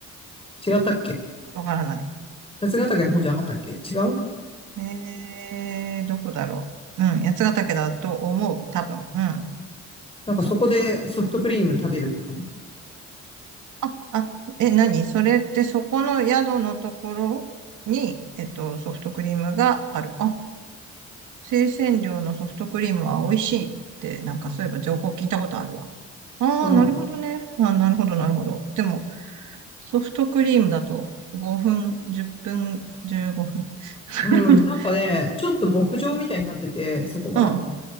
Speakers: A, on the left; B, on the right.
A: 違ったっけ
B: わからない。
A: 八ヶ岳の方じゃなかったっけ違う
B: えー、どこだろう。うん、八ヶ岳だと思う、多分。うん。
A: なんかそこでソフトクリーム食べるとかね。
B: そうんあ、あ、え、何それってそこの宿のところに、えっと、ソフトクリームがある。あ、生鮮量のソフトクリームは美味しいって、なんかそういえば情報聞いたことあるわ。ああ、
A: うん。
B: なるほどね。あなるほど、なるほど。でも、ソフトクリームだと5分、10分、15分。<laughs>
A: うん。なんかね、ちょっと牧場みたいになってて、そこが。
B: うん。うん。